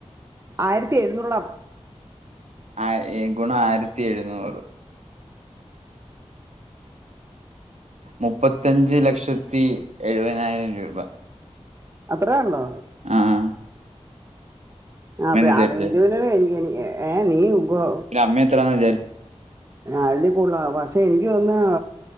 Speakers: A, on the right; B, on the right.
A: ആയിരത്തി എഴുന്നൂറെടാ
B: ആ ഗുണം ആയിരത്തി എഴുന്നൂറ് മുപ്പത്തിയഞ്ച് ലക്ഷത്തി എഴുപതിനായിരം രൂപ
A: അത്ര ഉള്ളോ
B: ആഹ
A: ആ്
B: വിചാരിച്ചേ?
A: അ അ ഇതുന എനിക്ക് ഏ നീ ഉുഖോ
B: പിന്ന അമ്മ എത്രന്ന വിചാ
A: അതിൽ കൂടുത പക്ഷെ എനക്ക് തോന്ന്